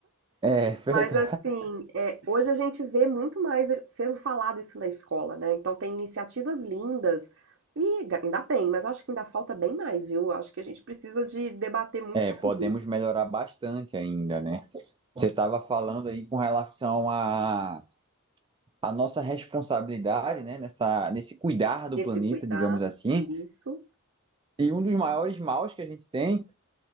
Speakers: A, on the right (about 20°); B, on the right (about 60°).
A: É,
B: Mas
A: verdade.
B: assim, é, hoje a gente vê muito mais sendo falado isso na escola, né? Então tem iniciativas lindas e ga- ainda bem, mas acho que ainda falta bem mais, viu? Acho que a gente precisa de debater muito
A: É, podemos
B: mais isso.
A: melhorar bastante ainda, né? Você estava falando aí com relação à a, nossa responsabilidade, né? Nessa, nesse cuidar do
B: Esse
A: planeta,
B: cuidar,
A: digamos assim.
B: isso,
A: E um dos maiores maus que a gente tem.